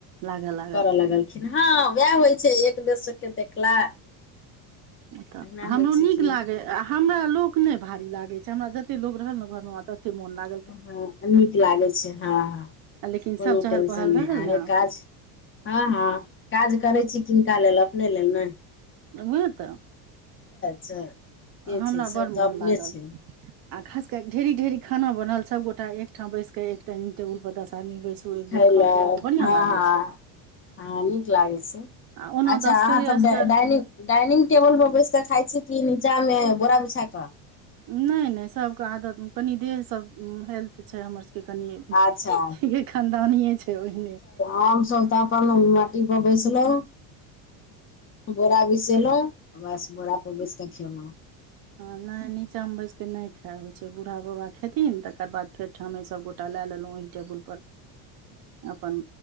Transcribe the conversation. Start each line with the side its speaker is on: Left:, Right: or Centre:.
Right: लागेल
Left: कर लगलखिन हँ वएह होइ छै एक दोसरके देखला
Right: तऽ
Left: एना
Right: हमरो
Left: होइ छै
Right: नीक
Left: कि
Right: लागै हमरा लोग नै भारी लागे छै हमरा जते लोग रहल ने घर में तते मोन लाग
Left: हँ नीक लागे छै हँ हँ
Right: लेकिन
Left: कोनो
Right: सब चहल
Left: टेंशन
Right: पहल
Left: नय
Right: रहल
Left: आरे
Right: ने
Left: काज हँ हँ काज करै छी किनका लेल अपने लेल नय
Right: उएह तऽ
Left: छै के
Right: हमरा
Left: छै सब
Right: बड़ मोन
Left: तऽ अपने
Right: लागल
Left: छै
Right: आ खास के ढेरी ढेरी खाना बनल सब गोटा एक ठाम बैस के एक डाइनिंग टेबुल पर दस आदमी बैसल तू एक
Left: खयलक
Right: बेर खा पी बढ़ियां
Left: हँ
Right: लागै
Left: हँ
Right: छै
Left: हँ नीक लागैत छै
Right: आ ओना
Left: अच्छा
Right: तऽ असगरे
Left: अहाँसभ
Right: असगर
Left: डाइनिंग डाइनिंग टेबल मे बैस के खाइ छी किी नीचा मे बोरा बिछा कऽ
Right: नय नय सबके आदतमे कनि देह सब हेल्थ छै हमर सभके के कनि
Left: अच्छा
Right: के खानदानीे छै ओहिने
Left: आम सब तऽ मटीप बेसलो बोरा बिसेलहुँ बस बोरा पर बैस कऽ खेलो
Right: ह नय नीचा में बैसके नय खा होइ छै बूढ़ा बाबा खेथिन तकर बाद फेर ठामे सभ गोटा लए लेलु ओही टेबुलपर अपन